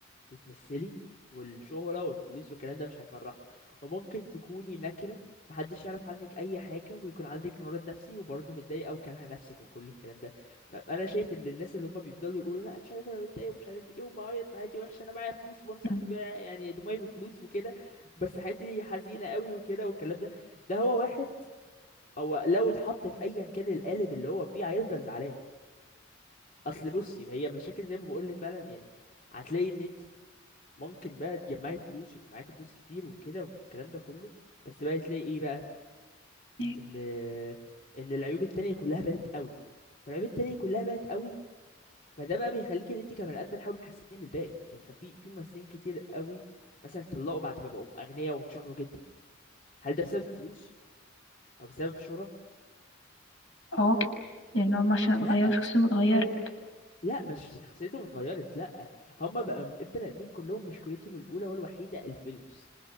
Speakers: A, on the left (about 40°); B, on the left (about 70°).
A: وتمثلي والشهرة والفلوس والكلام ده مش هيفرحك وممكن تكوني نكرة محدش يعرف عنك أي حاجة ويكون عندك مرض نفسي وبرضه متضايقة وكارهة نفسك وكل الكلام ده فأنا شايف إن الناس اللي هما بيفضلوا يقولوا لا مش عارف أنا متضايق ومش عارف إيه وبعيط في حياتي وحشة أنا معايا فلوس وبمسح
B: مم.
A: في يعني دموعي بالفلوس وكده بس حياتي حزينة قوي وكده والكلام ده ده هو واحد هو لو اتحط في أيا كان القالب اللي هو فيه هيفضل زعلان اصل بصي هي مشاكل زي ما بقول لك فعلا يعني هتلاقي ان انت ممكن بقى تجمعي فلوس يبقى معاكي فلوس كتير وكده والكلام ده كله بس بقى تلاقي ايه بقى
B: إيه؟
A: ان ان العيوب التانية كلها بانت قوي فالعيوب التانية كلها بانت قوي فده بقى بيخليك ان انت كبني ادم تحاولي تحسني من الباقي يعني ففي في ممثلين كتير قوي مثلا اتطلقوا بعد ما بقوا اغنياء واتشهروا جدا هل ده بسبب فلوس او بسبب شهرة
B: اه لان هم عشان
A: لا
B: اتغيروا شخصيتهم اتغيرت
A: لا مش شخصيتهم اتغيرت لا هما بقى البني ادمين كلهم مشكلتهم الاولى والوحيده الفلوس